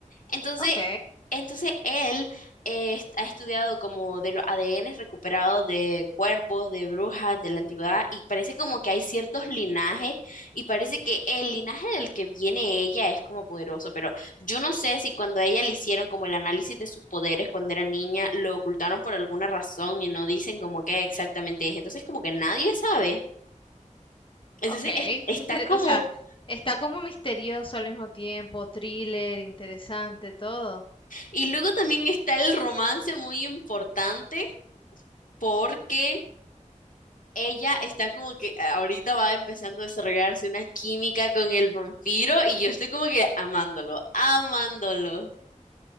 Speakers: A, on the left; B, on the left.
A: Entonces,
B: Ok,
A: entonces él eh, est- ha estudiado como de los ADN recuperados de cuerpos, de brujas, de la antigüedad, y parece como que hay ciertos linajes, y parece que el linaje del que viene ella es como poderoso, pero yo no sé si cuando a ella le hicieron como el análisis de sus poderes cuando era niña, lo ocultaron por alguna razón y no dicen como qué exactamente es, entonces como que nadie sabe. Entonces
B: ok.
A: es- está
B: Inter-
A: como...
B: o sea, está como misterioso al mismo tiempo, thriller, interesante, todo.
A: Y luego también está el romance muy importante porque ella está como que eh, ahorita va empezando a desarrollarse una química con el vampiro y yo estoy como que amándolo, amándolo.